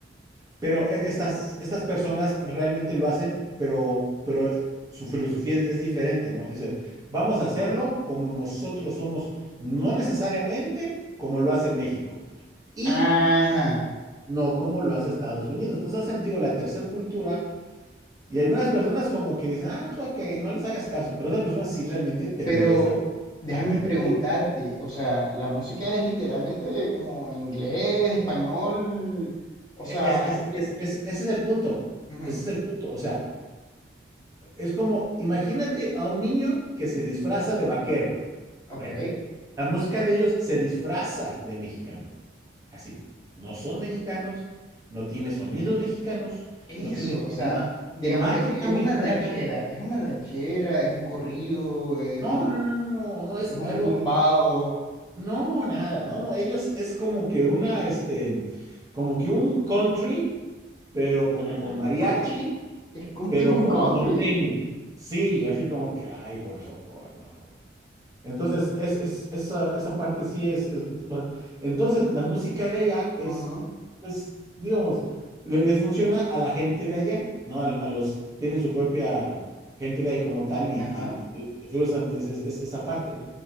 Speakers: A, on the right (about 20°); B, on the left (about 20°).
A: Pero e- estas, estas personas realmente lo hacen, pero, pero su filosofía es, es diferente, ¿no? Dice, vamos a hacerlo como nosotros somos, no necesariamente como lo hace México y
B: Ajá.
A: no como lo hace Estados Unidos. Entonces hacen, digo, la tercera cultura y algunas personas como que dicen, ah, pues ok, no les hagas caso, pero otras personas sí realmente te
B: Pero
A: molesta
B: déjame
A: actitud.
B: preguntarte, o sea, la música es literalmente como inglés, español, o
A: E-
B: sea,
A: es- es-
B: Es- ¿qué,
A: es-
B: qué-
A: es- ese es el punto,
B: ujú,
A: ese es el punto, o sea. es como, imagínate a un niño que se disfraza de vaquero.
B: ok,
A: Bueno, la música de ellos se disfraza de mexicana, así. No son mexicanos, no tiene sonidos mexicanos,
B: eso,
A: no tiene tema-
B: o sea, digamos,
A: temática
B: e- es
A: mexicana.
B: una ranchera, es una ranchera, es un corrido, es
A: No,
B: un,
A: no, no, no, no, no es
B: es un
A: algo,
B: tumbado,
A: no, nada, no, no, ellos es como que una, este, como que un country, pero como
B: ah,
A: con mariachi,
B: con, es como
A: pero
B: tipo un
A: con
B: country,
A: norteño. Sí, así como que, ay, por favor, no. Entonces, es, es- esa, esa parte sí es, es- va- Entonces, la música de allá es,
B: ajá,
A: pues, digamos, le, les funciona a la gente de allá, ¿no? A, a los, tienen su propia gente de ahí como tal y,
B: ajá,
A: y, y cruzan es- es- es- esa parte,